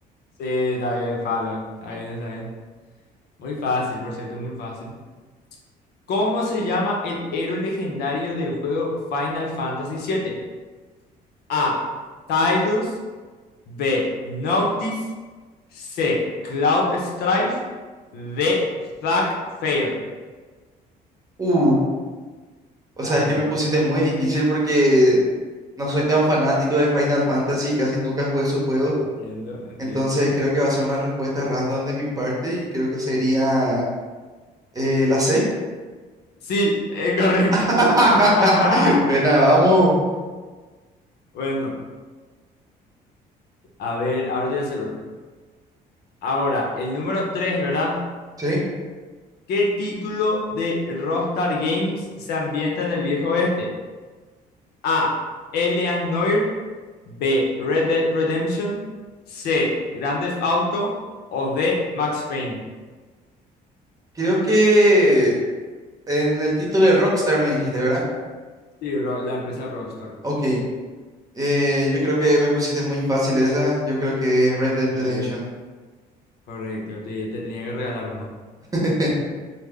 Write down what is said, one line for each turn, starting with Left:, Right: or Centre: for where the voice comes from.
Left: Sí, está bien, Fallout. Está bien, está bien. Muy fácil, por cierto, muy fácil. ¿Cómo se llama el héroe legendario del juego Final Fantasy siete A. Tidus. B. Noctis. C. Cloud Strife. D. Zack Fair.
Right: Uh, o
Left: Dale.
Right: sea, es que me pusiste muy difícil porque no soy tan fanático de Final Fantasy, y casi nunca jugué sus juegos.
Left: Entiendo, entiendo.
Right: Entonces creo que va a ser una respuesta random de mi parte y creo que sería eh, la C.
Left: Sí, es correcto.
Right: <laughs>
Left: <laughs>
Right: Pena, vamos.
Left: Bueno, a ver, ahora te voy a hacer otro. Ahora, el número tres ¿verdad?
Right: Sí.
Left: ¿Qué título de Rockstar Games se ambienta en el viejo oeste? A. Elian Noir. B. Red Dead Redemption. C. Grand Theft Auto. O D. Max Payne.
Right: Creo que En el título de Rockstar me dijiste, ¿verdad?
Left: Sí, la empresa Rockstar.
Right: Ok. Eh, yo creo que me pusiste muy fácil esa. Yo creo que es Red Dead
Left: Sí,
Right: Redemption.
Left: correcto. Te, te tenía que regalar uno.
Right: <laughs>